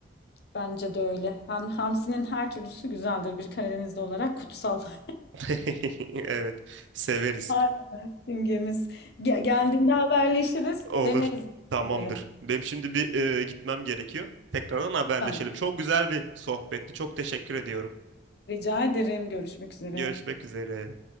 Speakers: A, on the left; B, on the right.
A: Bence de öyle. Ham, hamsinin her türlüsü güzeldir. Bir Karadenizli olarak kutsal. <laughs>
B: <laughs> Evet, severiz.
A: Aynen. Simgemiz. Ge- geldiğinde haberleşiriz.
B: Olur.
A: Deneriz
B: Tamamdır.
A: onları.
B: Benim şimdi bir e, gitmem gerekiyor. Tekrardan haberleşelim.
A: Tamam.
B: Çok güzel bir sohbetti. Çok teşekkür ediyorum.
A: Rica ederim. Görüşmek üzere.
B: Görüşmek üzere.